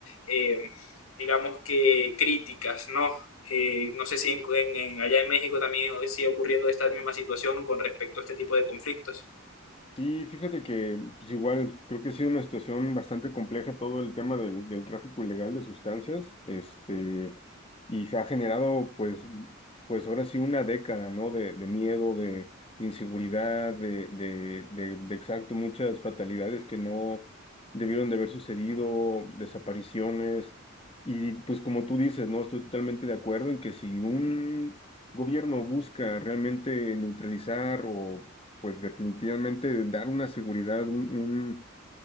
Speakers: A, on the left (about 80°); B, on the left (about 25°).
A: eh, digamos que críticas, ¿no? Eh, no sé si en, en- en- allá en México también sigue ocurriendo esta misma situación con respecto a este tipo de conflictos.
B: Sí, fíjate que pues igual creo que ha sido una situación bastante compleja todo el tema del, del tráfico ilegal de sustancias, este, y se ha generado pues, pues ahora sí una década, ¿no? De, de miedo, de inseguridad, de, de, de, de exacto, muchas fatalidades que no debieron de haber sucedido, desapariciones, y pues como tú dices, ¿no? Estoy totalmente de acuerdo en que si un gobierno busca realmente neutralizar o pues definitivamente dar una seguridad, un- un-